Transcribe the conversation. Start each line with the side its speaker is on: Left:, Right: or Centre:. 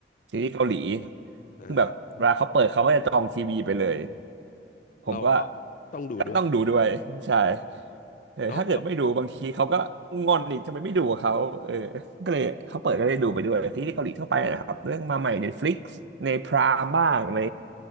Right: ซีรีส์เกาหลี
Left: อ่า
Right: ซึ่งแบบเวลาเขาเปิดเขาก็จะจองทีวีไปเลย ผมก็
Left: เราก็ต้องดูด้วย
Right: ต้องดูด้วยใช่เออถ้าเกิดไม่ดูบางทีเขาก็งอนอีกทำไมไม่ดูกับเขาเออ
Left: แล้วแล้ว
Right: ก็เลยเขาเปิดก็ได้ดูไปด้วยซีรีส์เกาหลีทั่วไปนะครับเรื่องมาใหม่ใน Netflix ในพรามบ้างใน